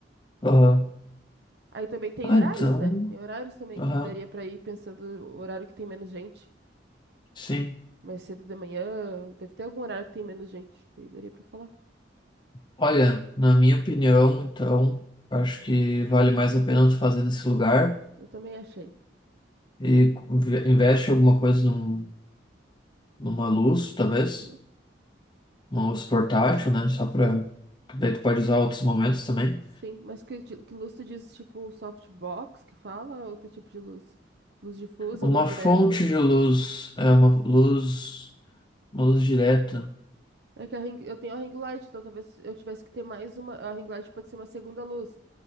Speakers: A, on the left; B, on the right.
A: Aham.
B: Aí também tem
A: Ah,
B: horários,
A: então,
B: né? Tem horários também
A: aham,
B: que daria pra ir pensando o horário que tem menos gente.
A: sim.
B: Mais cedo de manhã, deve ter algum horário que tem menos gente. Daí daria pra falar.
A: Olha, na minha opinião, então, acho que vale mais a pena tu fazer nesse lugar
B: Eu também achei.
A: e co- ve- investe alguma coisa num, numa luz, talvez.
B: Uhum.
A: mouse portátil, né? Só
B: Sim,
A: para. Daí tu pode usar outros momentos também.
B: sim. Mas que, di- que luz tu diz, tipo softbox que fala, ou outro tipo de luz? Luz difusa,
A: Uma
B: luz direta?
A: fonte de luz. É uma luz. Uma luz direta.
B: É que a ring, eu tenho a ring light, então talvez eu tivesse que ter mais uma. A ring light pode ser uma segunda luz.